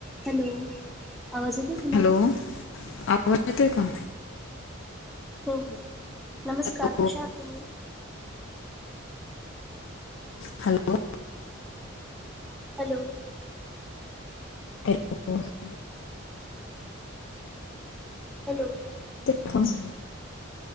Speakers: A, in the centre; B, on the left (about 60°).
A: हॅलो आवाज येतोय तुम्हाला
B: हॅलो आवाज येतो का?
A: हो हो नमस्कार
B: हॅलो
A: कशा आहात तुम्ही?
B: हॅलो
A: हॅलो
B: हॅलो
A: हॅलो
B: ह <unintelligible>